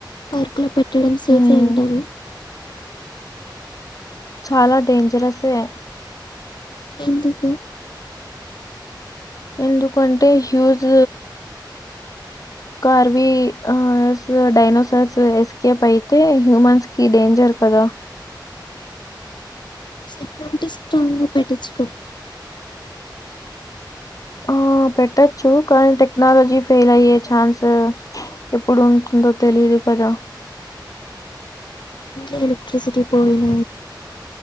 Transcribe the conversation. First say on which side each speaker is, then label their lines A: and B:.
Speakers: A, on the left; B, on the left.
A: పార్కుల పెట్టడం సేఫే
B: హ్మ్.
A: అంటామా
B: చాలా డేంజరస్ ఎ
A: ఎందుకు
B: ఎందుకు అంటే హ్యూజ్ కర్వి ఆ స్ డైనోసర్స్ ఎస్కేప్ అయితే హ్యూమన్స్ కి డేంజర్ కదా
A: సెక్యూరిటీ స్ట్రాంగ్ గ పెట్టొచ్చు
B: ఆ పెట్టచ్చు కానీ టెక్నాలజీ ఫెయిల్ అయ్యే ఛాన్స్ ఎప్పుడు ఉంటుందో తెలీయదు కదా
A: ఆ ఎలెక్ట్రిసిటీ పోయిన